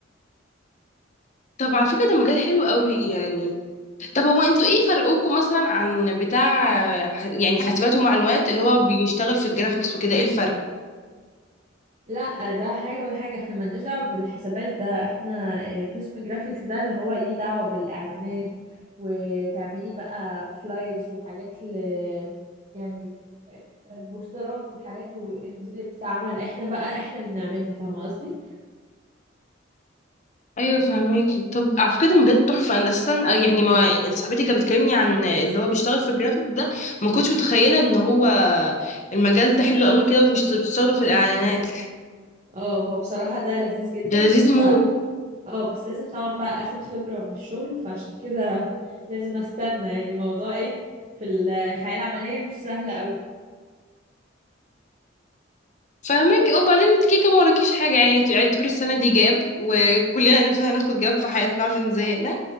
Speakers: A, on the left; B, on the right.
A: طب على فكره ده مجال حلو قوي يعني طب هو انتوا ايه فرقوكوا مثلا عن بتاع ح- يعني حاسبات ومعلومات اللي هو بيشتغل في الجرافيكس وكده ايه الفرق
B: لا ده حاجة ولا حاجة احنا ملناش دعوة بالحسابات ده احنا آه، قسم جرافيكس ده اللي هو ليه دعوة بالإعلانات وتعملي بقى فلايرز وحاجات ل يعني آه، البوسترات والحاجات و- دي اللي بتتعمل احنا بقى احنا اللي بنعملها فاهمة قصدي؟
A: ايوه فهماكي طب على فكره ده مجال تحفه انا اساسا آه، يعني ما صاحبتي كانت بتكلمني عن اللي هو بيشتغل في الجرافيك ده ما كنتش متخيله ان هو المجال ده حلو قوي كده وبتشتغلوا في الاعلانات
B: اه هو بصراحة ده لذيذ جدا
A: ده لذيذ موت
B: ف اه بس لازم طبعا بقى اخد خبرة من الشغل فعشان كده لازم استنى يعني الموضوع ايه في الحياة العملية مش سهلة قوي
A: فهماكي اه وبعدين انت كيكه ما وراكيش حاجه يعني انت اعتبري السنه دي جاب وكلنا نفسنا ناخد جاب في حياتنا عشان زهقنا